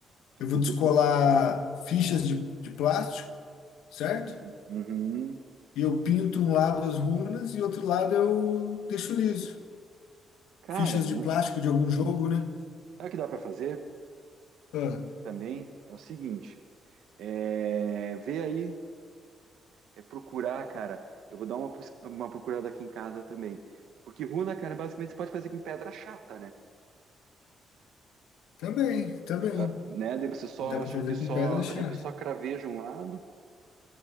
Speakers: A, on the left (about 80°); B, on the right (about 80°).
A: Eu
B: De-
A: vou descolar
B: depo-
A: fichas de, de plástico, certo?
B: Uhum, uhum,
A: E eu pinto um lado as runas e outro lado eu deixo liso.
B: sim. Cara,
A: Fichas de
B: né,
A: plástico de algum jogo, né?
B: sabe o que dá para fazer
A: Ah,
B: também? É o seguinte. É, vê aí, é, procurar, cara. Eu vou dar uma, pus- uma procurada aqui em casa também. Porque runa, cara, basicamente você pode fazer com pedra chata, né?
A: também, também.
B: Tá? Né? Daí você só,
A: Dá pra
B: a gente
A: fazer
B: só,
A: com pedra chata.
B: a gente só craveja um lado,